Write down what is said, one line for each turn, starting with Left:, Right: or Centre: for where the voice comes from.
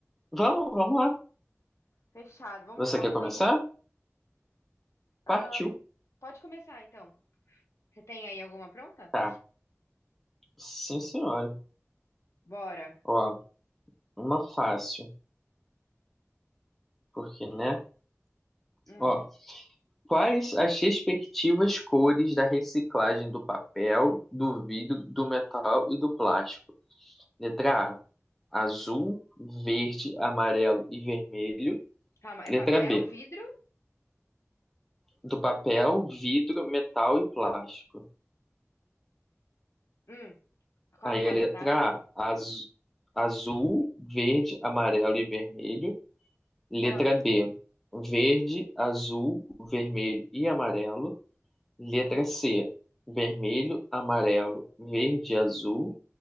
Centre: vamos, vamos lá.
Left: Fechado. Vamos
Centre: Você
Left: jogar
Centre: quer
Left: um quiz?
Centre: começar?
Left: Ah,
Centre: Partiu.
Left: pode começar, então. Você tem aí alguma pronta?
Centre: Tá. Sim, senhora.
Left: Bora.
Centre: Ó, uma fácil, porque, né?
Left: Hum,
Centre: Ó, quais as respectivas cores da reciclagem do papel, do vidro, do metal e do plástico? Letra A, azul, verde, amarelo e vermelho.
Left: calma, é
Centre: Letra
Left: papel,
Centre: B,
Left: vidro?
Centre: do papel, vidro, metal e plástico.
Left: Hum, qual
Centre: Aí
Left: que é
Centre: a
Left: a
Centre: letra
Left: letra A?
Centre: A, az- azul, verde, amarelo e vermelho.
Left: Ah,
Centre: Letra B, verde, azul, vermelho e amarelo. Letra C, vermelho, amarelo, verde, azul.